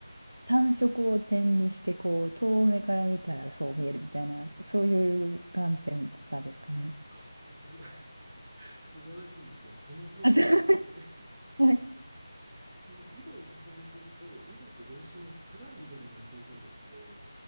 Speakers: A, on the right (about 80°); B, in the centre.
A: 単色を点にしてこう遠目から見たらそう見えるみたいなそういう観点とかですかね。
B: あ、す、す、<laughs> 素晴らしいですね。その通りなんですよね。
A: あ、そう。はい。
B: <laughs> その色を重ねていくと、色ってどうしても暗い色になっていくんですけど、